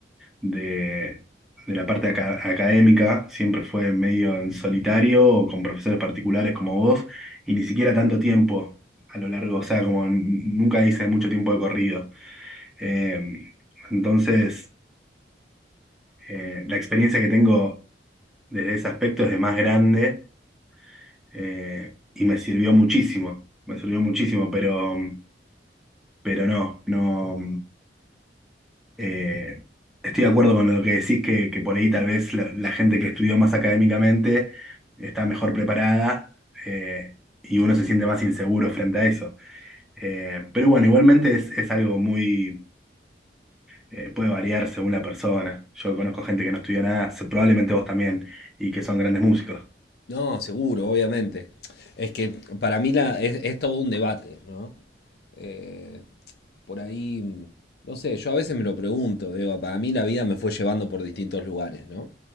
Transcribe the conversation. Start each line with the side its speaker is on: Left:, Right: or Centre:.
Centre: de, de la parte aca- académica, siempre fue medio en solitario o con profesores particulares como vos, y ni siquiera tanto tiempo a lo largo, o sea, como n- nunca hice mucho tiempo de corrido. Eh, entonces, eh, la experiencia que tengo desde ese aspecto es de más grande eh, y me sirvió muchísimo, me sirvió muchísimo, pero, pero no, no. Eh, estoy de acuerdo con lo que decís, que, que por ahí tal vez la, la gente que estudió más académicamente está mejor preparada eh, y uno se siente más inseguro frente a eso. Eh, pero bueno, igualmente es, es algo muy... eh, puede variar según la persona. Yo conozco gente que no estudió nada, se- probablemente vos también, y que son grandes músicos.
Left: No, seguro, obviamente. Es que para mí la, es, es todo un debate, ¿no? Eh, por ahí, mm, no sé, yo a veces me lo pregunto, digo, para mí la vida me fue llevando por distintos lugares, ¿no?